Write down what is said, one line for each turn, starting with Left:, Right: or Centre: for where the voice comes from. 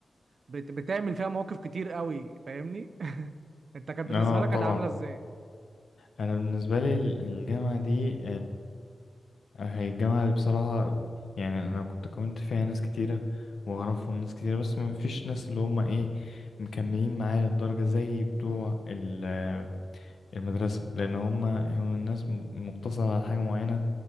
Right: بت... بتعمل فيها مواقف كتير قوي فاهمني <laughs> انت كانت بالنسبة
Left: أه
Right: لك كانت
Left: طبعا
Right: عاملة ازاي؟
Left: أنا بالنسبة لي ال- الجامعة دي هي الجامعة دي بصراحة يعني أنا كنت كونت فيها ناس كتيرة وأعرفهم ناس كتيرة بس ما فيش ناس اللي هما إيه مكملين معايا للدرجة زي بتوع
Right: مم.
Left: ال- المدرسة لأن هما هم
Right: مم.
Left: الناس م- مقتصرة على حاجة معينة